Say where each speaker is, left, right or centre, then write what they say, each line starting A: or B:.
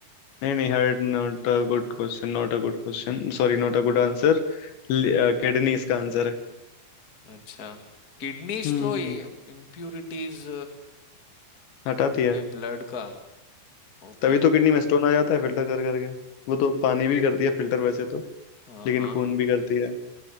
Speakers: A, on the left (about 75°); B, on the left (about 30°).
A: नहीं नहीं heard not a good question not a good question sorry not a good answer Kidney इसका आंसर है
B: अच्छा किडनीज
A: हम्म
B: तो ये इम्प्यूरिटीज
A: हटा दिया
B: के ब्लड का ओके
A: तभी तो किडनी में स्टोन आ जाता है फिल्टर कर करके वो तो पानी भी करती है फिल्टर वैसे तो
B: हाँ
A: लेकिन
B: हाँ
A: खून भी करती है